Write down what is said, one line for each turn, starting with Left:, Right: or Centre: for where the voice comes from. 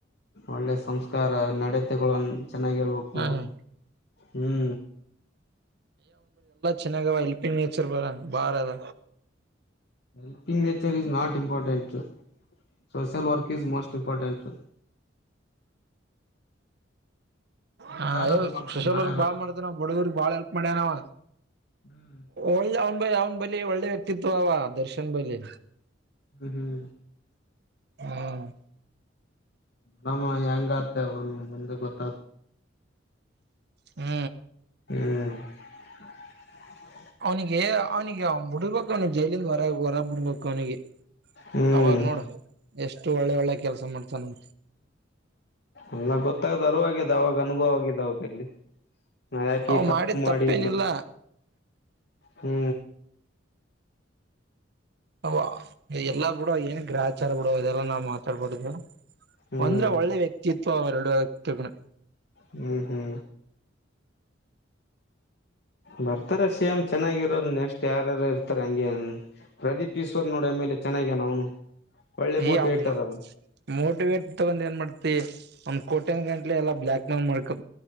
Left: ಒಳ್ಳೆ ಸಂಸ್ಕಾರ ನಡತೆಗೋಳನ್ನ ಚೆನ್ನಾಗಿರ್ಬೇಕು.
Right: ಹ್ಮ್
Left: ಹ್ಮ.
Right: ಚೆನ್ನಾಗ ಆವಾ ಎಲ್ಪಿಂಗ್ ನಚರ್ ಬರ ಬಾರ ಅದ.
Left: Helping nature is not important. Social work is most important. ಹೆಲ್ಪ್
Right: ಹ
Left: ಯಾರಾದ್ರು
Right: ಯ
Left: ಮಾಡ್ತಾರೆ
Right: ಸೋಶಯಲ್
Left: ನಾಳೆ
Right: ವರ್ಕ್
Left: ರೊಕ್
Right: ಬಾಳ ಮಾಡತನ ಆವಾ ಬಡವರಿಗ ಬಾಳ ಹೆಲ್ಪ ಮಾಡ್ಯನವ.
Left: ಹ್ಮ್
Right: ಒಳ್ಳೆ ಅವ್ನ ಬ ಅವ್ನ ಬಲಿ ಒಳ್ಳೆ ವ್ಯಕ್ತಿತ್ವ ಅವ ದರ್ಶನ್ ಬಲಿ
Left: ಹ್ಮ.
Right: ಹ್ಮ.
Left: ಹಮ್ಮ ಹೆಂಗ ಆತ ಅವ ಬಂದ ಗೊತ್ತ
Right: ಹ್ಮ.
Left: ಹ್ಮ.
Right: ಅವನಿಗೆ ಅವನಿಗೆ ವ ಬಿಡ್ಬೇಕ ಅವ್ನಿಗೆ ಜೈಲಿಂದ ಹೊರ ಹೊರಗ ಬಿಡ್ಬೇಕ ಅವ್ನಿಗೆ
Left: ಹ್ಮ್
Right: ಅವಾಗ ನೋಡು ಎಷ್ಟು ಒಳ್ಳೆ ಒಳ್ಳೆ ಕೆಲ್ಸ ಮಾಡ್ತಾನ.
Left: ಅನ್ನ ಗೊತ್ತದ ಅರುವಾಗಿದ ಅವಾಗ ಅನುಭವ ಆಗಿದ ಅವಾಗಲ್ಲಿ ನಾ ಯಾಕಿ
Right: ಅವ್
Left: ಈ ತಪ್ಪು
Right: ಮಾಡಿದ
Left: ಮಾಡಿ
Right: ತಪ್ಪೇನಿಲ್ಲ
Left: ಹ್ಮ
Right: ಅವ ಎಲ್ಲಾ ಬಿಡ ಏನ ಗ್ರಹಚಾರ ಬಿಡ ಇದೆಲ್ಲಾ ನಾವ್ ಮಾತಾಡಬಾರ್ದು.
Left: ಹ್ಮ್
Right: ಒಂದ್ರ ಒಳ್ಳೆ ವ್ಯಕ್ತಿತ್ವ ಅವ ಎರಡು ವ್ಯಕ್ತ
Left: ಹ್ಮ ಹ್ಮ. ಬರ್ತಾರ ಸಿ ಎಂ ಚೆನ್ನಾಗಿರೋರ ನೆಕ್ಸ್ಟ್ ಯಾರರ ಇರ್ತಾರ ಹಂಗೆನ್ ಪ್ರದೀಪ್ ಈಶ್ವರ್ ನೋಡ ಎಂಲೆ ಚೆನ್ನಾಗ್ಯನ ಅವನು ಒಳ್ಳೆ ಮೋಟಿವೇಟರ್
Right: ಎ ಅವನ
Left: ಅವನು
Right: ಮೋಟಿವೇಟ್ ತಗೊಂಡ್ ಏನ್ ಮಾಡ್ತ ತಿ ಒಂದ ಕೋಟ್ಯನ ಗಂಟ್ಲೆ ಎಲ್ಲಾ ಬ್ಲ್ಯಾಕ್ ಮನಿ ಮಾಡ್ಕ